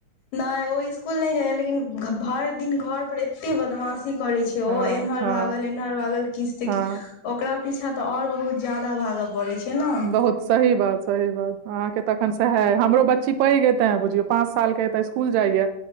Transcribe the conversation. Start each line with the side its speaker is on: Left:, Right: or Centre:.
Left: नै ओ ईस्कूल नै जाय लेकिन भर दिन घर पर एते बदमाश की करै छै ओ
Right: हँ
Left: एन्हर
Right: हँ
Left: भागल एन्हर भागल किस त
Right: हँ
Left: कि ओकरा पीछा त और बहुत जदा भाग पड़ै छै, ने
Right: बहुत सही बात सही बात अहाँके त एखन त है हमरो बच्ची पैघ ए ते बुझियो पाँच साल के तऽ स्कूल जाइया